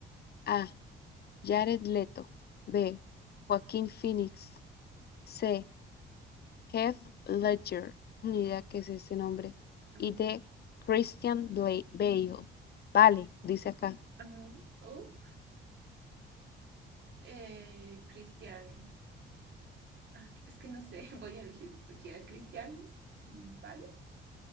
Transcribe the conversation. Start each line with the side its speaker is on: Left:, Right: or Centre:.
Left: A. Jared Leto. B. Joaquín Phoenix. C. Heath Ledger. Ni idea qué es ese nombre.
Right: Mm,
Left: Y D. Christian Bla- Bale. Vale, dice acá.
Right: Ajá. Oh, eh, Cristian. Ah, es que no sé, <laughs> voy a elegir cualquiera. Cristian, mm, ¿vale?